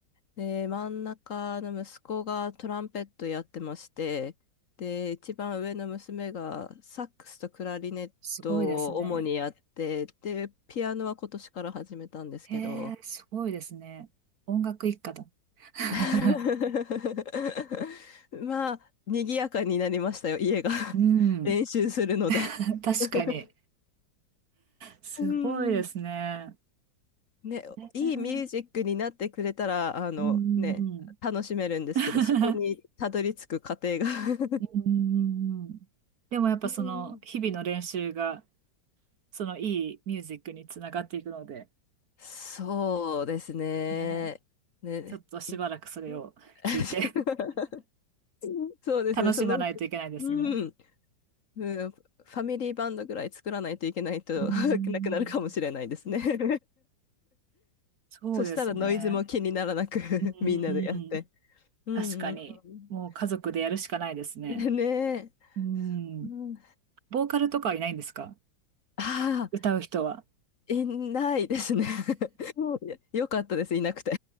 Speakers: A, on the left (about 50°); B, on the right (about 55°).
A: で、真ん中の息子がトランペットやってまして、で、一番上の娘がサックスとクラリネットを主にやって、
B: すごいですね。
A: で、ピアノは今年から始めたんですけど、
B: へえ、すごいですね。音楽一家だ。<laughs>
A: <laughs> まあ、賑やかになりましたよ、家が。<laughs>
B: うん。
A: 練習するので。
B: <laughs> 確かに。
A: <laughs>
B: すごいですね。
A: うん。ね、
B: うん
A: いいミュージックになってくれたら、あのね、
B: うんうん
A: 楽しめるんですけど、
B: <laughs>
A: そこにたどり着く過程が <laughs>
B: うん。うんうんでもやっぱその日々の練習が
A: うん
B: そのいいミュージックにつながっていくので、
A: そうですね。
B: えー
A: ね。
B: ちょっとしばらくそれを聞いて
A: い <laughs>
B: <laughs>
A: そうですね。
B: 楽しまないといけないですね。
A: その、うん、うんファミリーバンドぐらい作らないといけないと
B: うん。
A: <laughs> なくなるかもしれないですね。<laughs>
B: そうですね。
A: そしたらノイズも気にならなく <laughs>
B: うんう
A: みんなでやって。
B: んうん。
A: うんうん
B: 確かに、もう家族でやるしかないですね。
A: うん。ねえ。
B: うん。
A: うん、
B: ボーカルとかはいないんですか
A: ああ、
B: 歌う人は。
A: いないですね。<laughs> もうよ <laughs> かったです、いなくて。